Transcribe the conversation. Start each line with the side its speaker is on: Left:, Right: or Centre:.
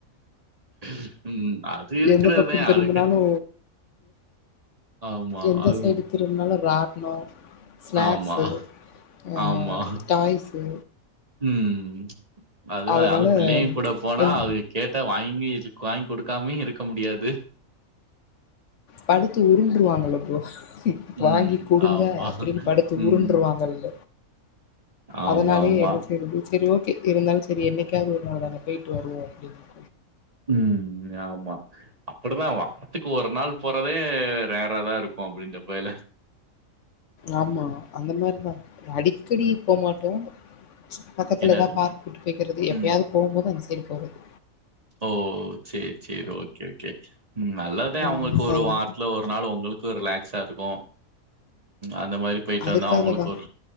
Right: ம் ம் அது இருக்கறதா
Left: எந்த பக்கோ திரும்புனாலு
Right: அதுக்கு ஆமா
Left: எந்த
Right: அது
Left: சைடு திரும்பனாலு ராட்னோ ஸ்நாக்ஸு
Right: ஆமா
Left: ஆ
Right: ஆமா
Left: டாய்ஸு
Right: ம் அதுவா
Left: அதனால
Right: அது பிள்ளைங் கூட போனா
Left: என்
Right: அதுங்க கேட்ட வாங்கி இருக் வாங்கி குடுக்காமயு இருக்க முடியாது
Left: படுத்து உருண்டுருவாங்களல போ வாங்கி
Right: ம்.
Left: குடுங்க
Right: ஆமா.
Left: அப்டினு படுத்து
Right: ம்.
Left: உருண்டுருவாங்கல்ல
Right: ஆமாமா.
Left: அதனாலயே என்ன செய்யுது செரி ஓகே இருந்தாலு செரி என்னைக்காவது ஒரு நாள் தான போயிட்டு வருவோ அப்டின்னு
Right: உம் ஆமா அப்படுதா வாத்துக்கு ஒரு நாள் போறதே ரேரா தா இருக்கு அப்டின்ற போல
Left: ஆமா அந்த மாரிதா அடிக்கடி போமாட்டோ பக்கத்துல
Right: என்னது?
Left: எதா பார்க்கு கூட்டு போய்கறது எப்பயாது
Right: ம்.
Left: போபோது அந்த சைடு போறது
Right: ஓ சேரி சேரி ஓகே ஓகே ம் நல்லதா
Left: ம்.
Right: அவங்களுக்கு
Left: சரி.
Right: ஒரு வாரத்துல ஒரு நால ஒங்களுக்கு ரிலாக்ஸ்சா இருக்கு அந்த மாரி போயிட்டு
Left: அதுக்காக
Right: வந்தா அவங்களுக்கு
Left: தா
Right: ஒரு